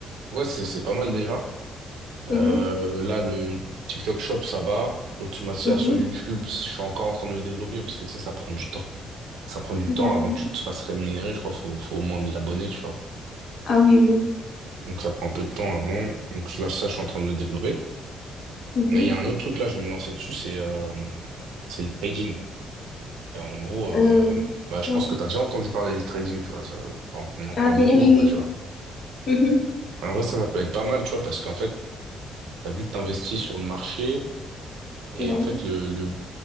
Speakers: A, on the right (about 85°); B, on the left (about 55°).
A: ouais c'est c'est pas mal déjà.
B: Mhm,
A: Euh, là le TikTok Shop ça va, l'automatisation
B: mhm.
A: YouTube, je suis encore en train de le développer parce que tu sais ça prend du temps. Ça prend du temps
B: D'accord.
A: avant que tu te fasses rémunérer, je crois faut faut au moins 1000 abonnés tu vois.
B: Ah oui, oui.
A: Donc ça prend un peu de temps avant. Donc là ça je suis en train de le développer.
B: Mhm.
A: Et il y a un autre truc là, je vais me lancer dessus, c'est euh, c'est le trading. Et en gros, euh,
B: Euh,
A: bah, je
B: ouais.
A: pense que tu as déjà entendu parler du trading, tu vois. ça- enfin, on en parle
B: Ah, c'est
A: beaucoup
B: oui,
A: un peu, tu vois.
B: oui. Mhm.
A: En vrai, ça, ça peut être pas mal, tu vois, parce qu'en fait, tu as vu que t'investis sur le marché. Et
B: Ouais.
A: en fait, le, le,